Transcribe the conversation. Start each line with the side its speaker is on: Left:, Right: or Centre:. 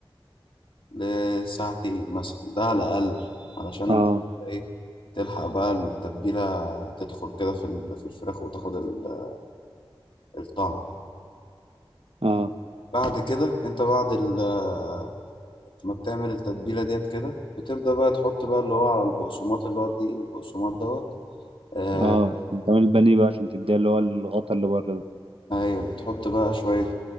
Left: لساعتين مثلا ده على الأقل علشان
Right: اه
Left: ال- إيه تلحق بقى التتبيلة تدخل كده في ال- في الفراخ وتاخد ال- الطعم
Right: اه
Left: بعد كده انت بعد ال- ما بتعمل التتبيلة ديت كده بتبدأ بقى تحط بقى اللي هو على البقسماط اللي هو دي البقسماط دوت آه،
Right: اه بتعمل البانيه بقى عشان تديها اللي هو الغطا اللي بره ده
Left: ايوه بتحط بقى شوية